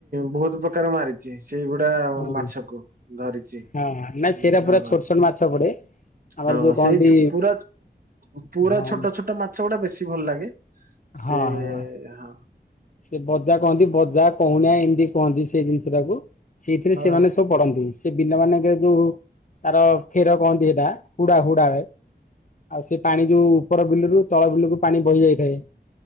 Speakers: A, on the right; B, on the left.
A: ବହୁତ ପ୍ରକାର ମାରିଛି। ସେଇଗୁଡା
B: ହୁଁ
A: ମାଛକୁ ଧରିଛି
B: ହଁ ନାଇଁ
A: ହଁ
B: ସେଇଟା ପୁରା
A: ହଁ।
B: ଛୋଟ ଛୋଟ ମାଛ ପଡେ। ଆମର
A: ହଁ
B: ଯୋଉ କହନ୍ତି
A: ସେଇ ପୁରା ପୁରା
B: ହଁ
A: ଛୋଟ ଛୋଟ ମାଛ ଗୁଡା ବେଶୀ ଭଲ ଲାଗେ।
B: ହଁ
A: ସେ
B: ହଁ
A: ହଁ
B: ସେ ବଜା କହନ୍ତି। ଯାହା କହୁନା ଏମିତି କୁହନ୍ତି ସେଇ ଜିନିଷ ଟାକୁ ସେଇଥିରେ
A: ହଁ
B: ସେମାନେ ସବୁ ପଢନ୍ତି। ସେ ବିଲ ମାନଙ୍କ ଯୋଉ ତାର କ୍ଷେର କହନ୍ତି ସେଟା ହୁଡା ହୁଡାରେ ଆଉ ସେ ପାଣି ଯୋଉ ଉପର ବିଲରୁ ଚଳ ବିଲକୁ ପାଣି ବହି ଯାଇଥାଏ।